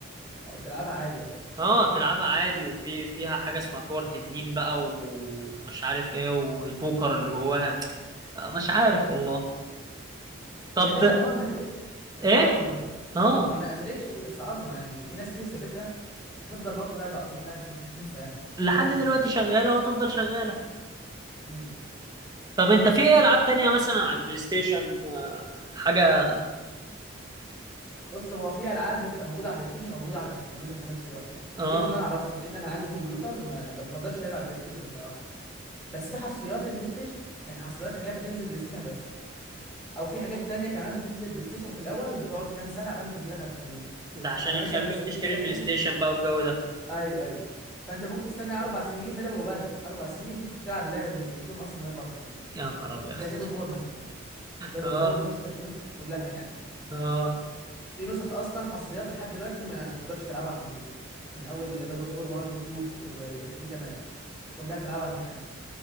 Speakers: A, in the centre; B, on the right (about 20°).
A: او تلعبها عادي اه
B: اه تلعبها عادي وفي فيها حاجه اسمها كور تنين بقى ومش عارف ايه والبوكر اللي جواها آه، مش عارف والله طب
A: هي لعبه عمرها ما هتقفل بس
B: ايه
A: عظمه برضه
B: اه
A: هي ما قفلتش بس عظمه يعني في ناس كتير سابتها هتفضل برضه لعبه عظيمه انت مش هتنسى يعني
B: لحد
A: محدش هينساها
B: دلوقتي شغاله وهتفضل شغاله
A: امم
B: طب انت في ايه العاب تانية مثلا على البلاي ستيشن آه، حاجة
A: بص هو في العاب بتبقى موجوده على البلاي ستيشن وموجوده على الكمبيوتر في نفس الوقت
B: اه
A: ديت اللي انا اعرفها لان انا عندي كمبيوتر ما, ما بفضلش العب على البلاي ستيشن الصراحه بس في حصريات للبلاي ستيشن يعني حصريات حاجات بتنزل بلاي ستيشن بس او في حاجات تانية كمان بتنزل بلاي ستيشن في الاول بتقعد كام سنه عبال ما تنزلك على الكمبيوتر
B: ده عشان
A: على
B: يخلوك
A: مثلا سبيل
B: تشتري
A: المثال
B: البلاي
A: يعني
B: ستيشن بقى والجو ده
A: ايوه ايوه فانت ممكن تستنى اربع سنين بلا مبالغه اربع سنين عشان تستلعب اللعبه اللي نزلت لهم اصلا من اربع سنين
B: يا نهار ابيض
A: زي
B: <laughs>
A: جاد اوف وور مثلا جاد
B: اه
A: اوف وور النسخ النسخ كلها يعني
B: اه
A: في نسخ اصلا حصريات لحد دلوقتي ما تقدرش تلعبها على الكمبيوتر من اول جاد اوف وور 1 و2 و3 كمان كلها بتلعبها على المحاكي